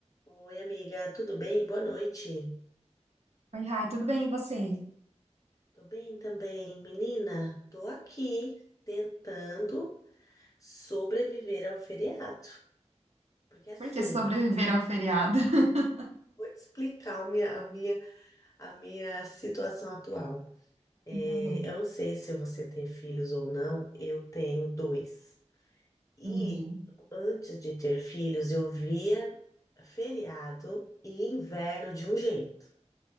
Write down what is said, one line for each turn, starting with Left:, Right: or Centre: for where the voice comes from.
Left: Oi, amiga, tudo bem? Boa noite.
Right: Oi, Rai, tudo bem? E você?
Left: Tô bem também. Menina, tô aqui tentando sobreviver ao feriado, porque assim,
Right: Por que sobreviver ao feriado? <laughs>
Left: vou te explicar a minha, a minha, a minha situação atual. É,
Right: Tá bom.
Left: eu não sei se você tem filhos ou não, eu tenho dois. E
Right: Uhum,
Left: antes de ter filhos, eu via feriado e inverno de um jeito.